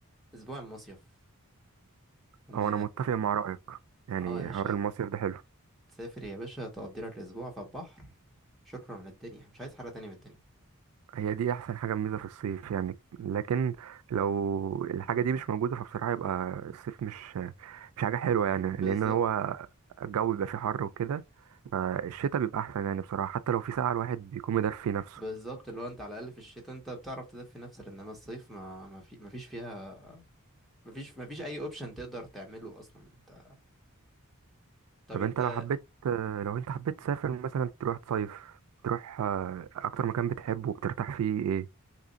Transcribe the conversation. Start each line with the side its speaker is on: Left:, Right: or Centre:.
Centre: اسبوع المصيف ان
Right: او انا متفق مع رايك يعني
Centre: اه يا باشا
Right: حوار المصيف ده حلو
Centre: تسافر يا باشا تقضي لك اسبوع في البحر شكرا للدنيا مش عايز حاجة تانية من الدنيا
Right: هي دي احسن حاجه ميزه في الصيف يعني لكن لو الحاجه دي مش موجوده فبصراحه يبقى الصيف مش مش حاجه حلوه يعني
Centre: بالظبط
Right: لان هو الجو بيبقى فيه حر وكده فالشتاء بيبقى احسن يعني بصراحه حتى لو في ساعه الواحد بيكون مدفي نفسه
Centre: بالظبط اللي هو انت على الاقل في الشتاء انت بتعرف تدفي نفسك انما الصيف ما ما في ما فيش فيها ما فيش ما فيش اي اوبشن تقدر تعمله اصلا انت طب
Right: طب
Centre: انت
Right: انت لو حبيت لو انت حبيت تسافر مثلا تروح تصيف تروح آه، اكتر مكان بتحبه وبترتاح فيه ايه